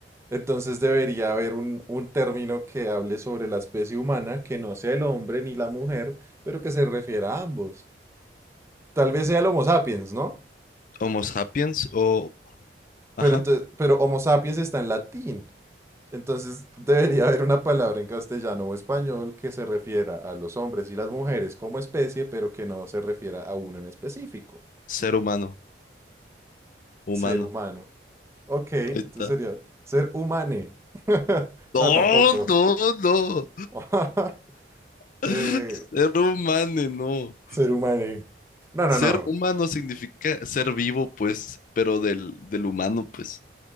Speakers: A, on the right; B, on the left.
A: entonces debería haber un, un término que hable sobre la especie humana, que no sea el hombre ni la mujer, pero que se refiera a ambos. Tal vez sea el Homo sapiens, ¿no?
B: Homo sapiens o, ajá,
A: Pero entonces, pero Homo sapiens está en latín. Entonces debería haber una palabra en castellano o español que se refiera a los hombres y las mujeres como especie, pero que no se refiera a uno en específico.
B: ser humano, humano.
A: Ser humano. Ok, entonces
B: Ahí está.
A: sería ser humane. <laughs>
B: No,
A: No, tampoco.
B: no, no.
A: <laughs>
B: <laughs>
A: Eh,
B: Ser humano, no.
A: Ser humano. No, no,
B: Ser
A: no,
B: humano significa ser vivo, pues, pero del, del humano, pues,